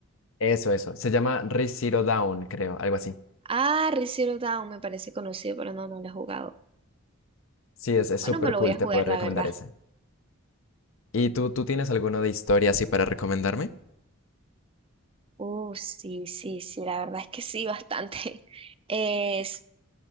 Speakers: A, on the left; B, on the right.
A: Eso, eso. Se llama Re Zero Dawn, creo, algo así.
B: Ah, Re Zero Dawn me parece conocido, pero no, no lo he jugado.
A: Sí, es, es
B: Bueno,
A: súper
B: me lo
A: cool,
B: voy a
A: te
B: jugar,
A: puedo
B: la
A: recomendar
B: verdad.
A: ese. ¿Y tú, tú tienes alguno de historia así para recomendarme?
B: Uh, sí, sí, sí, la verdad es que sí, bastante. <laughs> Es,